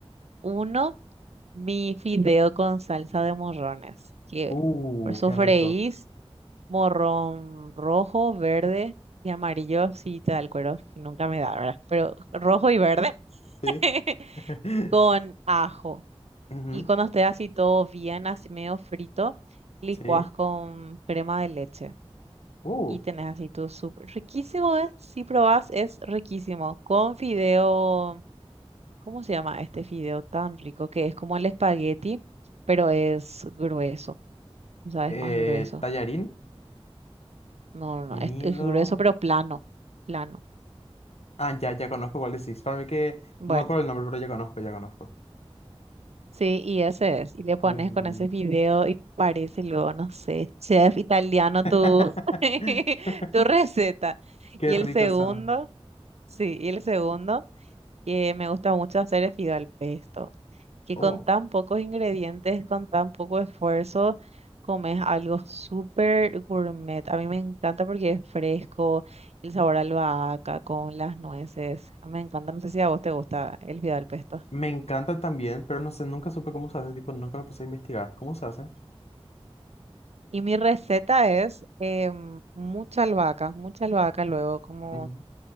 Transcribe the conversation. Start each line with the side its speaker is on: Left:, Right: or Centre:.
Right: Uno, mi fideo con salsa de morrones, que
Left: Uh,
Right: sofreís
Left: qué rico.
Right: morrón rojo, verde y amarillo, si te da el cuero, que nunca me da, ¿verdad? Pero rojo y verde
Left: Sí.
Right: <laughs>
Left: <laughs>
Right: con ajo.
Left: Ujú,
Right: Y cuando esté así todo bien, así medio frito, licuás
Left: Sí.
Right: con crema de leche.
Left: Uh.
Right: Y tenés así tu súper riquísimo, ¿eh? Si probás, es riquísimo. Con fideo, ¿cómo se llama este fideo tan rico? Que es como el espagueti, pero es grueso. O sea,
Left: Eh,
Right: es más grueso.
Left: tallarín,
Right: No, no, no,
Left: nido.
Right: es, es grueso, pero plano, plano.
Left: Ah, ya, ya conozco cuál decís. Para mí que
Right: Bueno,
Left: no me acuerdo el nombre, pero ya conozco, ya conozco.
Right: sí, y ese es. Y le pones
Left: Uh.
Right: con ese fideo y parece luego, no sé, chef italiano
Left: <laughs>
Right: tu, <laughs> tu receta.
Left: Qué
Right: Y
Left: rico
Right: el segundo,
Left: suena.
Right: sí, y el segundo. que me gusta mucho hacer es fideo al pesto, que
Left: Oh,
Right: con tan pocos ingredientes, con tan poco esfuerzo, comes algo súper gourmet. A mí me encanta porque es fresco, el sabor a albahaca con las nueces. Me encanta, no sé si a vos te gusta el fideo al pesto.
Left: me encanta también, pero no sé, nunca supe cómo se hace, tipo, nunca me puse a investigar. ¿Cómo se hace?
Right: Y mi receta es em, mucha albahaca, mucha albahaca, luego como
Left: Ujú.